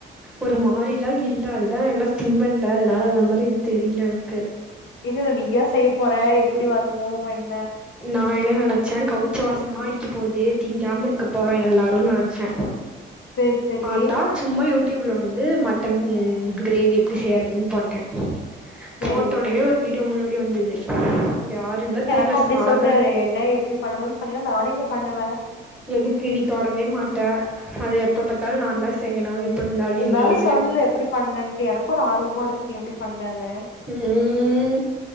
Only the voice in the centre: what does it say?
ஒரு மாரிலா இல்ல அதுதா என்னால திங் பண்ல அதனால அந்த மாரி இது தெரியல எனக்கு
நா என்ன நெனைச்சே கவுச்சி வாசமா அடிக்க போது திங்காம இருக்க போறோ எல்லாருனு நெனச்சே
பாத்தா சும்மா யூட் ட்யூப்ல வந்து மட்டன் கிரேவி எப்படி செய்யறதுன்னு போட்டே
போட்டோனவே ஒரு வீட் யோ முன்னாடி வந்துது யாருன்லா
சாதா
எதுக்கு நீ தொடவே மாட்ட அது எப்ப பாத்தாலு நா தா செய்யணு எப்டி
இனிமேலு
ம்